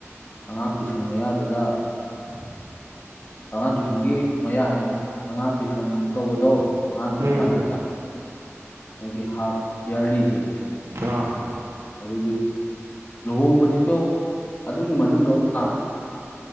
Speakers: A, on the left; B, on the right.
A: ꯑꯉꯥꯡ ꯇꯨꯏꯁꯟ ꯃꯌꯥꯗꯨꯗ
B: <unintelligible>
A: ꯑꯉꯥꯡ ꯇꯨꯏꯁꯟꯒꯤ ꯃꯌꯥ ꯍꯥꯏꯁꯤꯅꯦ ꯑꯉꯥꯡ ꯇꯨꯏꯁꯟ ꯇꯧꯕꯗꯣ ꯑꯉꯥꯡ
B: ꯎꯝ
A: ꯑꯦꯛꯖꯥꯝꯁꯦ ꯇꯥꯛ ꯃꯣꯏꯒꯤ ꯍꯥꯞ ꯏꯌꯥꯔꯂꯤꯁꯦ
B: ꯑꯥ
A: ꯑꯗꯨꯒꯤ ꯂꯨꯍꯣꯡꯕꯁꯤꯁꯨ ꯑꯗꯨꯒꯤ ꯃꯅꯨꯡꯗ ꯑꯃꯨꯛ ꯇꯥ